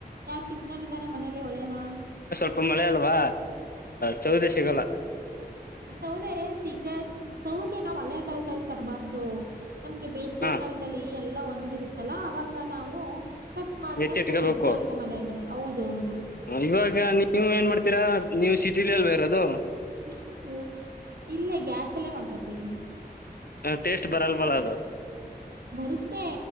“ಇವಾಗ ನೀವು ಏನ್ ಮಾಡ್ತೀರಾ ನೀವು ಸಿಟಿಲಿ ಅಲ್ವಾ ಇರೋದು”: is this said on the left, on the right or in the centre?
Left